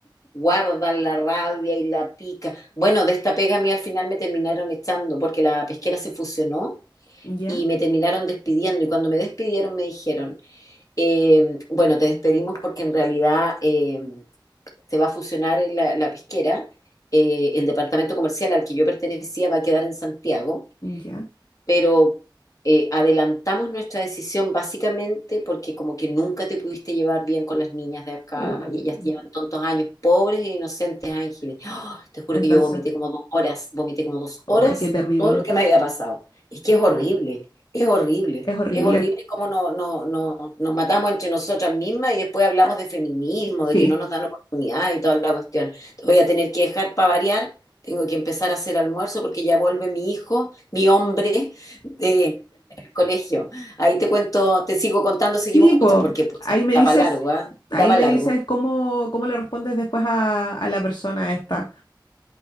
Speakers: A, on the left (about 45°); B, on the left (about 65°).
A: guardan la rabia y la pica. Bueno, de esta pega a mí al final me terminaron echando porque la pesquera se fusionó
B: Ya,
A: y me terminaron despidiendo. Y cuando me despidieron me dijeron, eh, bueno, te despedimos porque en realidad eh, se va a fusionar en la, la pesquera. eh, el departamento comercial al que yo pertenecía va a quedar en Santiago
B: ya.
A: pero eh, adelantamos nuestra decisión básicamente porque como que nunca te pudiste llevar bien con las niñas de acá
B: Oh,
A: y ellas llevan tantos años, pobres e inocentes ángeles. ¡Ah! te juro
B: Entonces,
A: que yo vomité como dos horas, vomité como dos
B: ay,
A: horas
B: qué terrible.
A: todo lo que me había pasado. Es que es horrible, es horrible,
B: Es horrible.
A: es horrible cómo no, no, no, nos matamos entre nosotras mismas y después hablamos de feminismo,
B: Sí.
A: de que no nos dan oportunidad y toda la cuestión. Te voy a tener que dejar para variar. Tengo que empezar a hacer almuerzo porque ya vuelve mi hijo, mi hombre, Sí, el colegio. Ahí te cuento, te sigo contando,
B: Sí,
A: seguimos con
B: pues
A: pucha, porque pucha,
B: ahí me
A: da
B: dices,
A: para largo, ¿ah? Da
B: ahí
A: para
B: me
A: largo.
B: dices cómo, cómo le respondes después a, a la persona esta.